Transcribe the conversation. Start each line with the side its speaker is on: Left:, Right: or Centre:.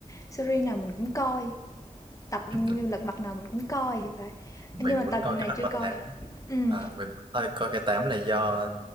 Left: series nào mình cũng coi, tập
Right: <laughs>
Left: Lật Mặt nào mình cũng coi thì phải.
Right: Mình
Left: Nhưng mà
Right: muốn
Left: tập
Right: coi
Left: này
Right: cái Lật
Left: chưa
Right: Mặt
Left: coi.
Right: Tám.
Left: Ừm.
Right: À, mình thôi coi cái tám này do